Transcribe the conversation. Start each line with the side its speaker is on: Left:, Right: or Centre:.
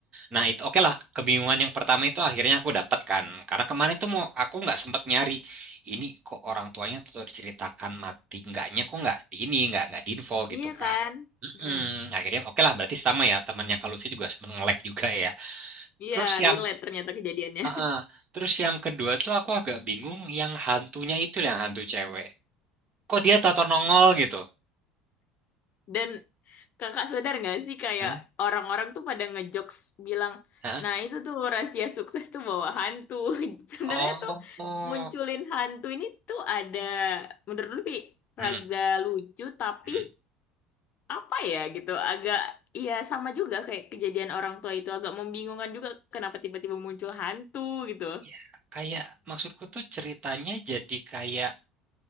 Right: Nah itu oke lah. Kebingungan yang pertama itu akhirnya aku dapatkan. Karena kemarin tuh mau aku nggak sempet nyari. Ini kok orang tuanya tuh diceritakan mati, enggaknya kok nggak di ini, nggak nggak di info
Left: Iya
Right: gitu kan.
Left: kan?
Right: Mm-mm.
Left: Mm.
Right: Akhirnya oke lah berarti sama ya temannya kalau sih juga sempat nge-lag juga ya.
Left: Iya,
Right: Terus yang
Left: relate ternyata kejadiannya.
Right: Heeh. Terus yang kedua tuh aku agak bingung yang hantunya itu loh, yang hantu cewek. Kok dia tato nongol gitu?
Left: <laughs> Dan kakak sadar nggak sih kayak
Right: Hah?
Left: orang-orang tuh pada ngejokes bilang,
Right: Hah?
Left: nah itu tuh rahasia sukses tuh bawa hantu. <laughs> Sebenarnya
Right: Oh.
Left: tuh munculin hantu ini tuh ada, menurut Lutfi,
Right: Hmm.
Left: rada lucu tapi
Right: Hmm.
Left: apa ya gitu agak ya sama juga kayak kejadian orang tua itu agak membingungkan juga kenapa tiba-tiba muncul hantu gitu.
Right: Ya, kayak maksudku tuh ceritanya jadi kayak